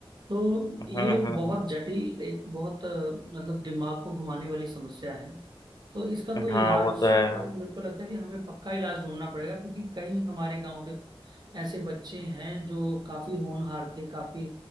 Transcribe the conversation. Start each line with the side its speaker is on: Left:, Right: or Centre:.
Right: तो
Left: हम्म
Right: ये
Left: हम्म
Right: एक बहुत
Left: हम्म।
Right: जटिल एक बहुत अ, मतलब दिमाग को घुमाने वाली समस्या है तो इसका कोई
Left: हाँ
Right: इलाज
Left: वो तो है
Right: मेरे को लगता है कि हमें पक्का इलाज ढूंढना पड़ेगा क्योंकि कई हमारे गांव के ऐसे बच्चे हैं जो काफी होनहार थे काफी